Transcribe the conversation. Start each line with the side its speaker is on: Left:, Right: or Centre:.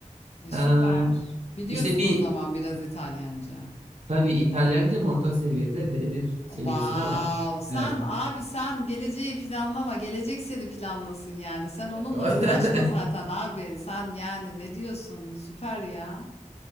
Left: E, süper.
Right: Eee
Left: Biliyorsun
Right: işte bir
Left: o zaman biraz İtalyanca.
Right: tabii İtalyancam orta seviyede B1 seviyesinde
Left: Vav.
Right: var.
Left: Sen
Right: Evet.
Left: abi sen geleceği planlama. Gelecek seni planlasın yani. Sen
Right: <laughs>
Left: onunla uğraşma zaten abi. Sen yani ne diyorsun? Süper ya.